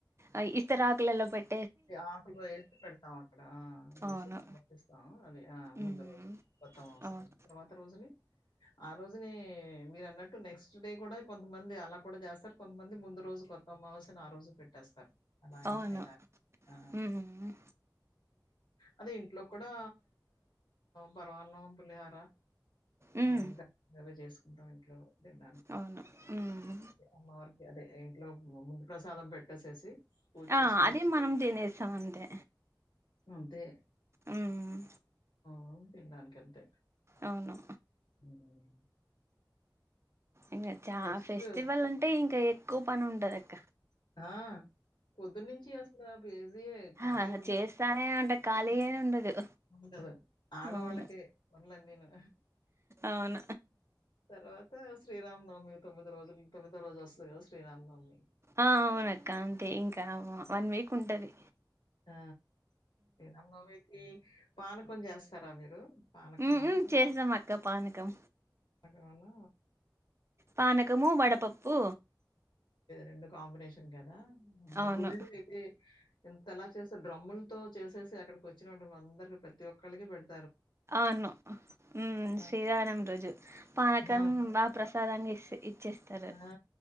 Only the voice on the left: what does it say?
ఆకులు వేసి పెడతాం అక్కడ వేసి
సమర్పిస్తాం అది ఆ ముందు
రోజు మొత్తం అవసరం
తర్వాత రోజుని ఆ రోజుని మీరు అన్నట్టు నెక్స్ట్ డే కూడా కొంతమంది అలా కూడా చేస్తారు కొంతమంది ముందు రోజు కొత్త అమావాస్యను ఆ రోజు పెట్టేస్తారు అలా ఎన్నా
ఇలా ఆ
అదే ఇంట్లో కూడా పరమాన్నం పులిహార
ఆహ్ గారే అవి చేసుకు మ్మ్ ఇంట్లో ట్లో
అమ్మవర్కి అదే ఇంట్లో ముందు ప్రసాదం పెట్టేసేసి పూజ
చేసుకుని
అంతే
అవును తినడానికి అంతే
మ్మ్
నెక్స్ట్
ఆ పొద్దున్నే నుంచి అసలు బిజి ఎ ఖాళీ
ఉండదు
ఉండదు ఆడవాళ్ళకే
పనులనీను
తర్వాత శ్రీరామ్ తోమీ తొమ్మి రోజు తొమ్మిదో రోజు వస్తుది కథ శ్రీరామనవమి
ఆ అమ్మవారికి పానకం చెస్ స్తారా మీరు పానకంను,
చాలా
రెండు కాంబినేషన్ తింటారా ఆ
గుళ్ళు అయితే ఇంతలా చేస్తే డ్రమ్ములతో చేసేసి అక్కడికి వచ్చిన వా అందరికి ప్రతి ఒక్కలకి పేడ్
ఆ!
ఆ!
ఆ!